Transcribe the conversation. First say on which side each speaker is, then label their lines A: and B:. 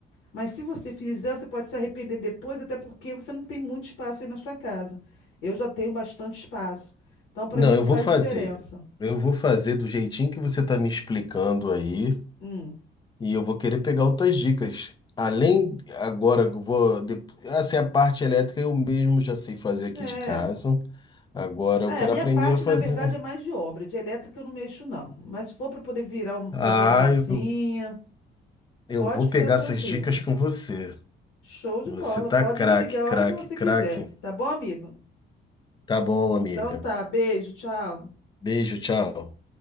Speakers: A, on the left; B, on the left.
A: Mas se você fizer, você pode se arrepender depois, até porque você não tem muito espaço aí na sua casa. Eu já tenho bastante espaço. Então, para
B: Não,
A: mim,
B: eu
A: não faz
B: vou fazer.
A: diferença.
B: Eu vou fazer do jeitinho que você está me explicando aí,
A: Hum.
B: e eu vou querer pegar outras dicas. Além, agora, eu vou, de- assim, a parte elétrica eu mesmo já sei fazer aqui
A: É.
B: de casa. Agora eu
A: É,
B: quero
A: a minha
B: aprender
A: parte,
B: a fazer.
A: na verdade, é mais de obra. De elétrica eu não mexo, não. Mas se for para poder virar, um-
B: Ah,
A: fazer uma massinha,
B: eu, eu
A: pode
B: vou
A: ficar
B: pegar
A: tranquilo.
B: essas dicas com você.
A: Show de
B: Você
A: bola.
B: tá
A: Pode
B: craque,
A: me ligar
B: craque,
A: a hora que você
B: craque.
A: quiser. Tá bom, amigo?
B: Tá bom, amiga.
A: Então tá. Beijo, tchau.
B: Beijo, tchau.